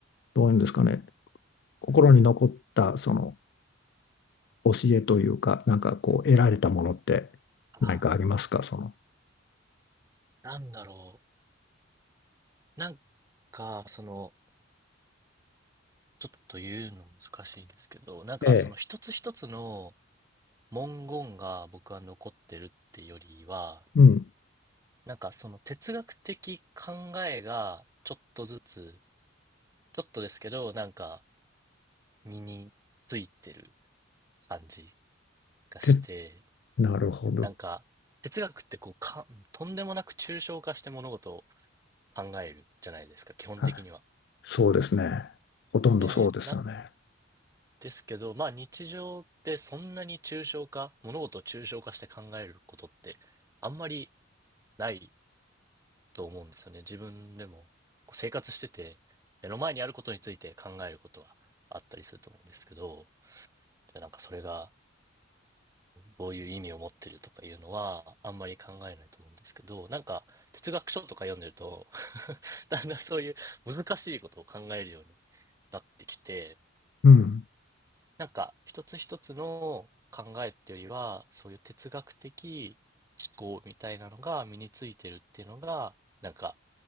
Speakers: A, on the left; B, on the right.
A: どういうんですかね、心に残ったその教えというか、なんかこう、得られたものって何かありますか、
B: あ
A: その。
B: あ、なんだろう。なんか、その、ちょっと言うの難しいんですけど、なんかその一つ一つの
A: ええ。
B: 文言が僕は残ってるってよりは、
A: うん。
B: なんかその哲学的考えがちょっとずつ、ちょっとですけど、なんか身についてる感じがして、
A: て、なるほど。
B: なんか哲学ってこうか、とんでもなく抽象化して物事を考えるじゃないですか、基本的には。
A: はい。そうですね。ほとんどそうですよね。
B: で、なですけど、まあ日常ってそんなに抽象化、物事を抽象化して考えることってあんまりないと思うんですよね。自分でもこう生活してて、目の前にあることについて考えることはあったりすると思うんですけど、でなんかそれがどういう意味を持ってるとかいうのはあんまり考えないと思うんですけど、なんか哲学書とか読んでると <laughs> だんだんそういう難しいことを考えるようになってきて、
A: うん。
B: なんか、一つ一つの考えっていうよりは、そういう哲学的思考みたいなのが身についてるっていうのが、なんか、